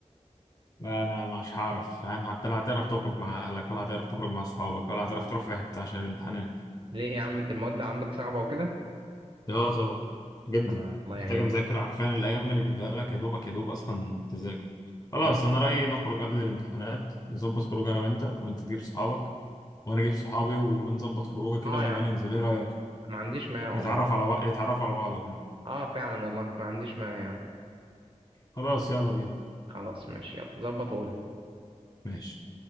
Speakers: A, on the left; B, on the right.
A: لا انا مش هعرف فاهم حتى لا هتعرف تخرج مع اهلك ولا هتعرف تخرج مع اصحابك ولا هتعرف تروح في حته عشان الامتحانات
B: ليه يا عم انت المواد عندك صعبه وكده
A: لا طبعا جدا
B: لا الله
A: محتاجه
B: يعينك
A: مذاكره حرفيا الايام اللي بيديها لك يا دوبك يا دوب اصلا تذاكر خلاص
B: مم.
A: انا رايي نخرج قبل الامتحانات نظبط خروج انا وانت وانت تجيب صحابك وانا اجيب صحابي ونظبط خروجه كده
B: اه
A: ونبقى
B: يا عم
A: ننزل ايه رايك
B: ما عنديش مانع
A: نتعرف
B: والله
A: على بعض يتعرفوا على بعض وكده
B: اه فعلا والله ما عنديش مانع يا عم
A: خلاص يلا بينا
B: خلاص ماشي يلا ظبط وقول
A: ماشي